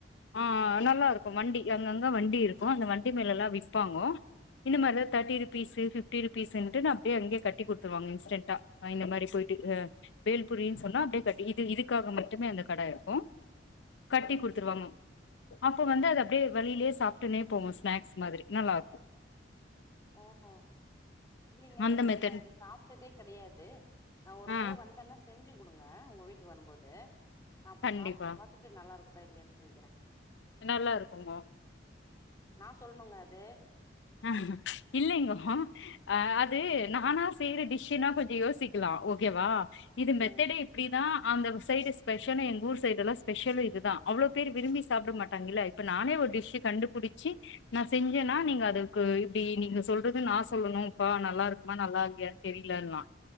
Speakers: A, on the left (about 70°); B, on the left (about 20°).
A: ஆ நல்லா இருக்கும் வண்டி அங்கங்க வண்டி இருக்கும் அந்த வண்டி மேல எல்லா விப்பாங்கோ இந்த மாறிதா தேட்டி ருபீஸ்சு பிஃப்டி ருபீஸ்ன்னுட்டு அப்டியே அங்யே கட்டி குடுத்துருவாங்க துட்டா அ இந்த மாறி போயிட்டு அ பேல்புரின்னு சொன்னா அப்டியே கட்டி இது இதுக்காக மட்டுமே அந்த கடை இருக்கும். கட்டி
B: ஓ
A: குடுத்துருவாங்க அப்ப வந்து அது அப்டியே வழியிலயே சாப்ட்டுன்னே போவோ ஸ்நாக்ஸ் மாதிரி நல்லா இருக்கும்.
B: ஓ ஓ இல்லீங்க
A: அந்த
B: எனக்கு
A: மெத்தட்
B: நா இத சாப் டதே கெடையாது நா ஒரு
A: ஆ
B: முறை வந்தேன்னா செஞ்சு குடுங்க உங்க வீட்டுக்கு வரும்போது நா அப்ப
A: கண்டிப்பா
B: சாப்ட்டு பாத்துட்டு நல்லா இருக்குதா இல்லயான்னு சொல்லிக்கறே
A: நல்லா இருக்குங்கோ
B: நா சொல்ணுங்க அது
A: அ இல்லைங்கோ ஆ அது நானா செய்ற டிஷ்னா கொஞ்சோ யோசிக்கலா ஓக்கேவா இது மெத்தெடே
B: ம்
A: இப்டிதா அந்த சைடு ஸ்பெஷலே எங்க ஊர் சைடுல்லா ஸ்பெஷலே இதுதா அவ்ளோ பேர் விரும்பி சாப்ட மாட்டாங்க இல்ல இப்ப நானே ஒரு டிஷ்சு கண்டுபுடிச்சி நா செஞ்சேன்னா நீங்க அது க்கு இப்டி நீங்க சொல்றது நா சொல்லணுப்பா நல்லா இருக்குமா நல்லா இல்லையா தெரியலன்லா